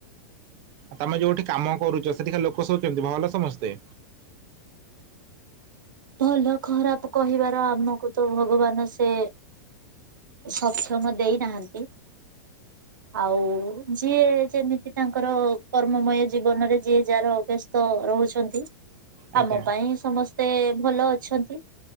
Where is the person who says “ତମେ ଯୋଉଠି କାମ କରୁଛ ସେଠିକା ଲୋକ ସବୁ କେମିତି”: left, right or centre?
Right